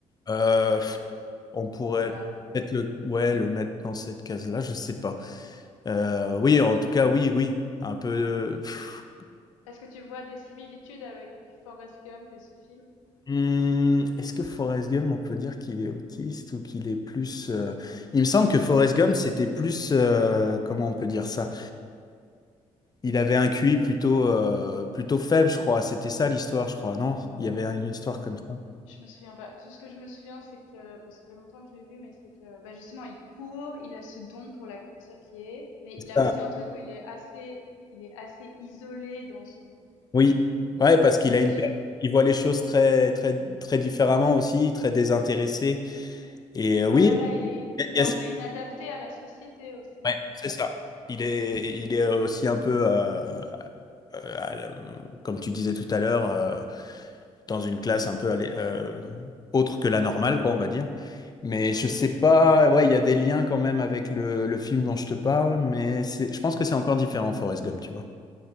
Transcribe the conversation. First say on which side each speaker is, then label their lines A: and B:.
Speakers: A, on the left (about 25°); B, on the left (about 85°).
A: Euh,
B: Ou ou
A: on pourrait
B: pas?
A: peut-être le, ouais, le mettre dans cette case-là, je sais pas. Euh, oui, en tout cas, oui, oui. Un peu. euh, pff.
B: Est-ce que tu vois des similitudes avec Forrest Gump et ce film?
A: Hmm, est-ce que Forrest Gump, on peut dire qu'il est autiste ou qu'il est plus. euh, Il me semble que Forrest Gump, c'était plus. euh, Comment on peut dire ça? Il avait un QI plutôt, euh, plutôt faible, je crois. C'était ça l'histoire, je crois. Non? Il y avait une histoire comme ça.
B: Je me souviens pas. Tout ce que je me souviens, c'est que, bon, ça fait longtemps que je l'ai vu, mais c'est que, bah, justement, il court, il a ce don pour la course à pied, mais il a
A: Ah.
B: aussi un truc où il est assez, il est assez isolé dans son,
A: Oui, ouais, parce qu'il a
B: dans
A: une,
B: son-
A: per- il voit les choses très, très, très différemment aussi, très désintéressé. Et euh, oui,
B: ouais, voilà, il est,
A: il
B: il
A: y
B: est un
A: a-
B: peu inadapté à la société aussi,
A: ouais,
B: quand même.
A: c'est ça. Il est, il est aussi un peu, euh, euh, à la- comme tu disais tout à l'heure, euh, dans une classe un peu allé- euh, autre que la normale, quoi, on va dire. Mais je
B: Mhm.
A: sais pas, ouais, il y a des liens quand même avec le, le film dont je te parle, mais c'est, je pense que c'est encore différent, Forrest Gump, tu vois.